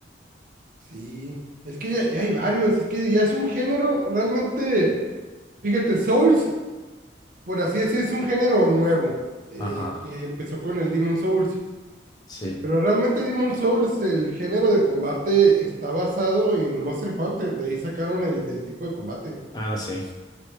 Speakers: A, on the right; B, on the left.
A: Sí. Es que ya, ya hay varios. Es que ya es un género realmente. Fíjate, Souls, por así decir, es un género nuevo eh,
B: Ajá,
A: que empezó con el Demon Souls.
B: sí.
A: Pero realmente Demon Souls, el género de combate está basado en Monster Hunter. De ahí sacaron el del tipo de combate.
B: Ah, sí.